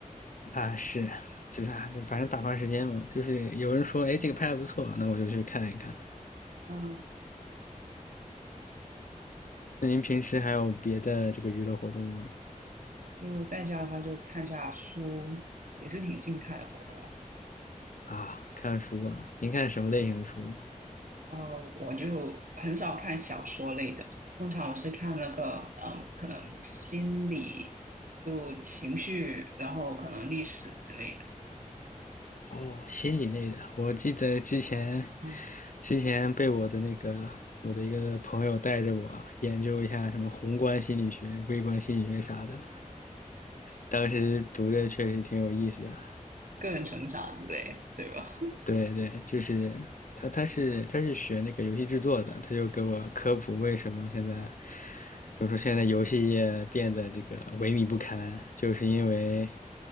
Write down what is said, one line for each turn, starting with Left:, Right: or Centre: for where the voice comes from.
Left: 啊，是，就是啊，就反正打发时间嘛。就是有人说，哎，
Right: <laughs>
Left: 这个拍的不错，那我就去看一看。
Right: 嗯，
Left: 那您平时还有别的这个娱乐活动吗？
Right: 就在家的话就看下书，也是挺静态的活动。
Left: 啊，看书啊？您看什么类型的书？
Right: 呃，我就很少看小说类的，通常我是看那个，嗯，可能心理，就情绪，然后可能历史之类的，
Left: 哦，心理类的。我记得之前
Right: 啊、
Left: 之前被我的那个我的一个朋友带着我研究一下什么宏观心理学、微观心理学啥的，当时读的确实挺有意思的。
Right: 个人成长之类的，对吧？
Left: 对对，就是他他是他是学那个游戏制作的，他就给我科普为什么现在就么说？现在游戏业变得这个萎靡不堪，就是因为，